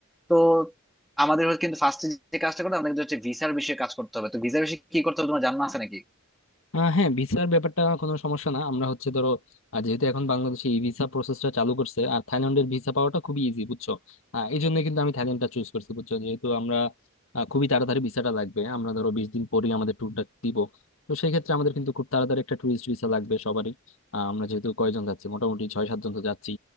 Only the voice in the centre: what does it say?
তো আমাদের হচ্ছে কিন্তু ফার্স্টে যে কাজটা করতে হবে আমাদের কিন্তু হচ্ছে ভিসার বিষয়ে কাজ করতে হবে তো ভিসার বিষয়ে কি করতে হবে তোমার জানা আছে নাকি